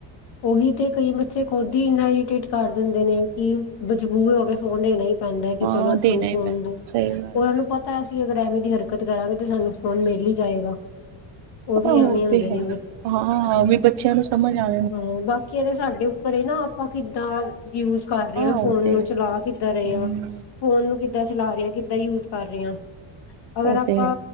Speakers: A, on the left (about 55°); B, on the right (about 60°).
A: ਉਹੀ ਤੇ ਕਈ ਬੱਚੇ ਖੁਦ ਹੀ ਇੰਨਾ ਹੀ ਟਿਟ ਕਰ ਦਿੰਦੇ ਨੇ ਕਿ ਮਜਬੂਰ ਹੋ ਕੇ ਫੋਨ ਦੇਣਾ ਹੀ ਪੈਂਦਾ ਕਿ
B: ਹਾਂ
A: ਚਲੋ
B: ਦੇਣਾ
A: ਹੁਣ
B: ਹੀ
A: ਫੋਨ
B: ਪੈਂਦਾ
A: ਦੋ
B: ਸਹੀ ਗੱਲ
A: ਉਹਨਾਂ
B: ਏ।
A: ਨੂੰ ਪਤਾ ਅ ਸੀ ਅਗਰ ਐਵੇਂ ਦੀ ਹਰਕਤ ਕਰਾਂਗੇ ਤੇ ਸਾਨੂੰ ਫ਼ੋਨ ਮਿਲ ਹੀ ਜਾਏਗਾ। ਉਹ ਵੀ
B: ਆਹੋ
A: ਐਵੇਂ ਹੁੰਦੇ
B: ਤੇ
A: ਨੇ
B: ਹੈ ਹੀ ਹਾਂ ਵੀ ਬੱਚਿਆਂ ਨੂੰ ਸਮਝ ਆਂ
A: ਹੂੰ ਬਾਕੀ ਇਹ ਤੇ ਸਾਡੇ ਉੱਪਰ ਨਾ ਆਪਾਂ ਕਿੱਦਾਂ ਯੂਜ ਕਰ ਰਹੇ ਹਾਂ
B: ਉਹ
A: ਫੋਨ
B: ਤੇ
A: ਨੂੰ ਚਲਾ ਕਿੱਦਾਂ ਰਹੇ
B: ਹਮ
A: ਹਾਂ ਫੋਨ ਨੂੰ ਕਿੱਦਾਂ ਚਲਾ ਰਹੇ ਕਿੱਦਾਂ ਯੂਜ ਕਰ ਰਹੇ ਆ। ਅਗਰ
B: ਉਹ
A: ਆਪਾਂ
B: ਤੇ ਹੈ